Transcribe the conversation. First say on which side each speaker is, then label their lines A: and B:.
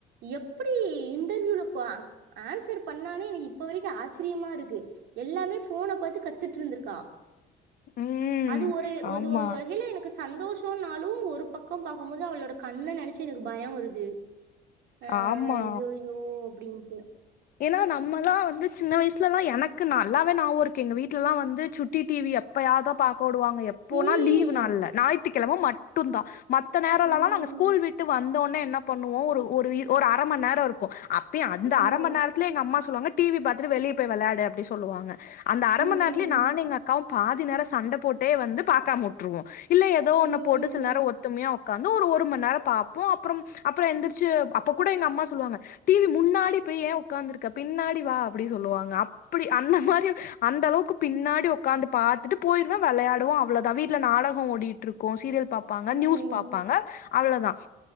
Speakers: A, on the right (about 80°); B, on the left (about 60°).
A: எப்பிடி <unintelligible> ஆன்சர் பண்ணாளே எனக்கு இப்ப வரைக்கு ஆச்சிரியமா இருக்கு. எல்லாமே ஃபோன பாத்து கத்துட்டிருந்திருக்கா.
B: ம்
A: அது ஒரு ஒரு
B: ஆமா
A: ஒரு வகையில எனக்கு சந்தோஷ் சொன்னாலும் ஒரு பக்கோம் பாக்கும்போது அவளோட கண்ணெ நெனைச்சு எனக்கு பயம்வருது. அஹ்
B: ஆமா
A: ஐயய்யோ அப்டின்ட்டு
B: ஏனா நம்மெல்லாம் வந்து சின்ன வயசுல எலாம் எனக்கு நல்லாவே ஞாபகம் இருக்கு. எங்க வீட்டுல எல்லாம் வந்து சுட்டி டிவி எப்பயாதும் பாக் போடுவாங்க எப்போனா
A: ம்.
B: லீவ் நாள்ள ஞாயித்து கிழமை மட்டும் தான் மத்த நேரோலல்லா
A: ம்.
B: நாங்க ஸ்கூல் விட்டு வந்தோனே என்ன பண் நூறு ஒரு ஒரு அரை மணி நேரம் இருக்கும் அப்பயே அந்த
A: ம்.
B: அரை மணி நேரத்துல எங்க அம்மா சொல்லுவாங்க டிவி பாத்துட்டு வெளிய போய் விளையாடு அப்டி சொல்லுவாங்க அந்த அரை
A: ம்.
B: மணி நேரத்துல நானு எங்க அக்காவும் பாதி நேரம் சண்ட போட்டே வந்து பாக்காம வுட்டுருவோம் இல்ல ஏதோ
A: ம்.
B: ஒண்ணே போட்டு சில நேரம் ஒத்துமையா உக்காந்து ஒரு ஒரு மணி நேரம் பாப்போம் அப்புறம் அப்புறம் எந்திருச்சு அப்ப கூட எங்க அம்மா சொல்லுவாங்க டிவி முன்னாடி போய் ஏ உக்காந்து இருக்க பின்னாடி வா அப்படி சொல்லுவாங்க அந்த மாதிரி அந்தளவுக்கு பின்னாடி உக்காந்து பாத்துட்டு போயிருவோ விளையாடுவோம் அவ்ளோதா வீட்டுல நாடகம் ஓடிட்டு இருக்கும் சீரியல் பாப்பாங்க
A: ம்.
B: நியூஸ் பாப்பாங்க
A: ம்.
B: அவ்வளதான்